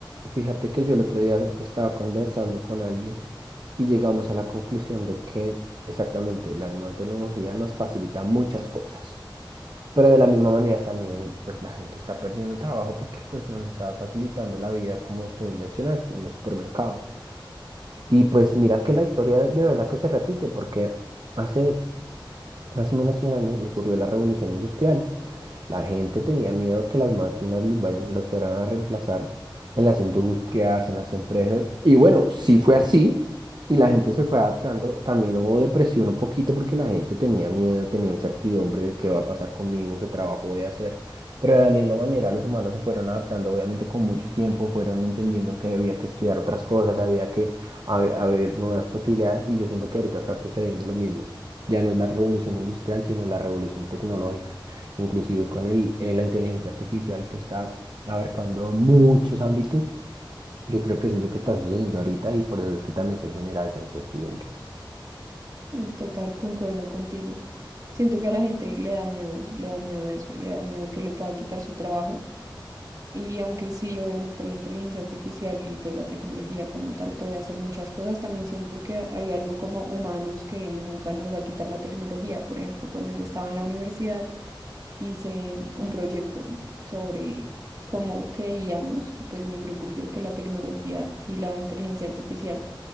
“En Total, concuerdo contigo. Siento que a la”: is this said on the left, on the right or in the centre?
Right